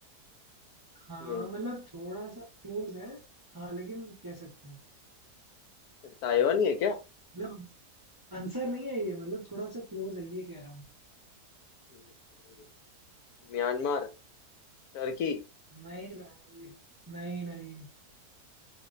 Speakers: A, on the right; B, on the left.
A: हाँ
B: नहीं
A: मतलब थोड़ा सा क्लोज है हाँ लेकिन कह सकते हैं
B: अरे ताइवान ही है क्या
A: मतलब आंसर नहीं है ये मतलब थोड़ा सा क्लोज है ये कह रहा हूँ
B: हम्म, म्यांमार टर्की
A: नहीं भाई नहीं नहीं